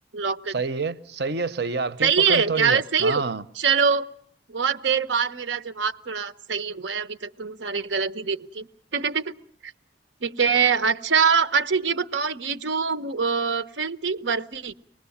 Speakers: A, on the right (about 85°); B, on the right (about 60°).
A: लॉक कर
B: सही है सही है सही है आपकी
A: सही
B: पकड़
A: है
B: थोड़ी
A: क्या
B: है
A: मैं सही
B: हाँ
A: हूँ चलो बहुत देर बाद मेरा जवाब थोड़ा सही हुआ है अभी तक तुम सारे गलत ही दे रखे <laughs> ठीक है अच्छा अच्छा ये बताओ ये जो फिल्म थी बर्फी